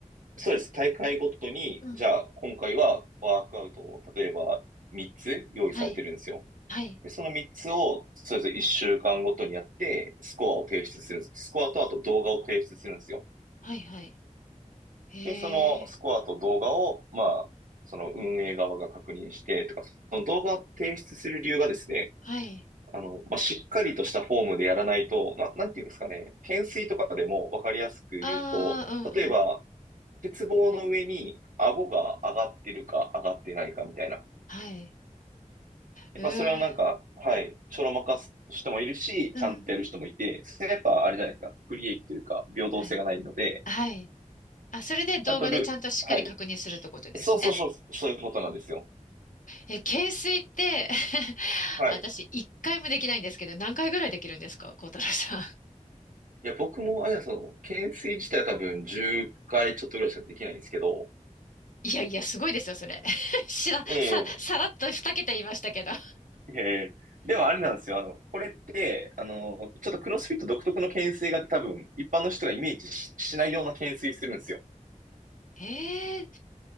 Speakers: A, on the right; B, on the left.
A: そうです。大会ごとに、
B: うん。
A: じゃあ今回はワークアウトを例えば3つ用意されてるんですよ。
B: はい、はい、
A: で、その3つを、それぞれ1週間ごとにやって、スコアを提出するんです。スコアとあと動画を提出するんですよ。
B: はい、はい。へえ、
A: で、そのスコアと動画を、まあ、その運営側が確認して、とか、その動画を提出する理由がですね、
B: はい。
A: あの、まあ、しっかりとしたフォームでやらないと、まあ、なんていうんですかね、懸垂とかでもわかりやすく言うと、
B: ああ、
A: 例えば、
B: うん、うん。
A: 鉄棒の上に顎が上がってるか上がってないかみたいな。
B: はい。
A: やっぱそれはなんか、
B: うー、
A: はい、ちょろまかす人もいるし、
B: うん。
A: ちゃんとやる人もいて、それやっぱあれじゃないですか、不利益というか、平等性がないので、
B: はい。はい。あ、それで動画でちゃんとしっかり確認するってことですね。
A: ちゃんとル、はい。そうそうそう、そういうことなんですよ。
B: え、懸垂って <laughs>
A: はい。
B: 私、一回もできないんですけど、何回ぐらいできるんですか、孝太郎さん。
A: いや、僕も、あれなんですよ、その、懸垂自体は多分10回ちょっとぐらいしかできないんですけど、
B: いやいや、すごいですよ、それ。<laughs> しら、
A: ええ
B: さ、さらっと二桁言いましたけど。
A: <laughs> ええでもあれなんですよ。あの、これって、あの、ちょっとクロスフィット独特の懸垂があって多分、一般の人がイメージし、しないような懸垂するんですよ。
B: ええー